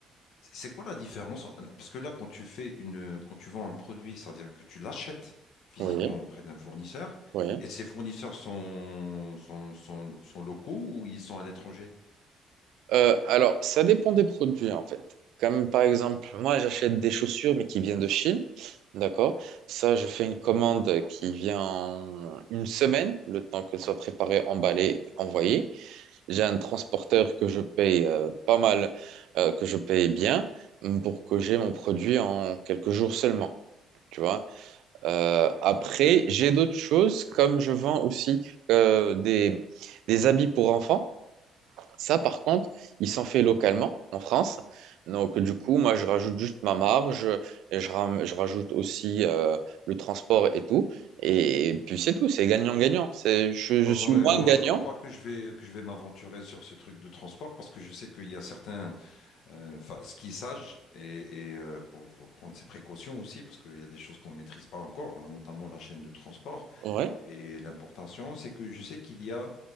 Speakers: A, on the left; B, on the right.
A: c'est c'est quoi la différence? Parce que là, quand tu fais une, quand tu vends un produit, c'est-à-dire que tu l'achètes physiquement
B: Oui,
A: auprès d'un fournisseur,
B: oui.
A: et ces fournisseurs sont, sont, sont, sont locaux ou ils sont à l'étranger?
B: Euh, alors, ça dépend des produits en fait. Comme par exemple, moi j'achète des chaussures mais qui viennent de Chine, d'accord? Ça, je fais une commande qui vient en une semaine, le temps qu'elle soit préparée, emballée, envoyée. J'ai un transporteur que je paye euh, pas mal, euh, que je paye bien, mm, pour que j'ai mon produit en quelques jours seulement. Tu vois. Euh, après, j'ai d'autres choses, comme je vends aussi euh, des, des habits pour enfants. Ça, par contre, il s'en fait localement en France. Donc, du coup, moi, je rajoute juste ma marge et je, ram- je rajoute aussi euh, le transport et tout. Et puis, c'est tout, c'est gagnant-gagnant. C'est, je, je
A: Oh,
B: suis
A: oh, mais
B: moins
A: moi,
B: gagnant.
A: je crois pas que je vais que je vais m'aventurer sur ce truc de transport parce que je sais qu'il y a certains, euh, enfin, ce qui est sage et, et, euh, pour, pour prendre ses précautions aussi parce qu'il y a des choses qu'on maîtrise pas encore, hein, notamment la chaîne de transport
B: Ouais.
A: et l'importation. C'est que je sais qu'il y a